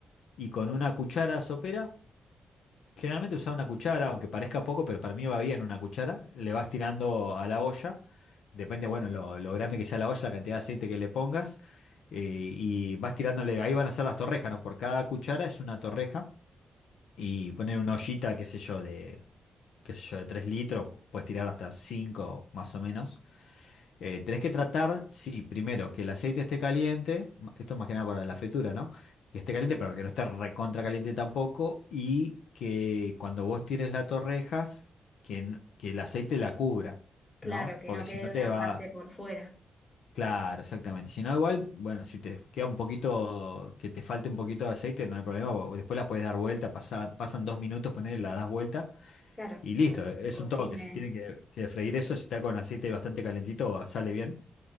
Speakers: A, on the left; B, on the left.
A: y con una cuchara sopera Generalmente usás una cuchara, aunque parezca poco, pero para mí va bien una cuchara. Le vas tirando a la olla. Depende, bueno, lo, lo grande que sea la olla, la cantidad de aceite que le pongas. eh, y vas tirándole, ahí van a ser las torrejas, ¿no? Por cada cuchara es una torreja. Y poner una ollita, qué sé yo, de, qué sé yo, de 3 litros, puedes tirar hasta 5 más o menos. Eh, tenés que tratar, sí, primero que el aceite esté caliente, ma- esto más que nada para la fritura, ¿no? Que esté caliente, pero que no esté recontra caliente tampoco, y que cuando vos tires las torrejas, que, n- que el aceite la cubra, ¿no?
B: claro, que
A: Porque
B: no
A: si
B: quede
A: no
B: una
A: te va...
B: parte por fuera,
A: Claro, exactamente. Si no, igual, bueno, si te queda un poquito, que te falte un poquito de aceite, no hay problema, porque después la puedes dar vuelta, pasa- pasan dos minutos, ponerle la das vuelta
B: claro,
A: y listo,
B: para que
A: es
B: se cocine.
A: un toque, se tiene que, que freír eso, si está con aceite bastante calentito, sale bien.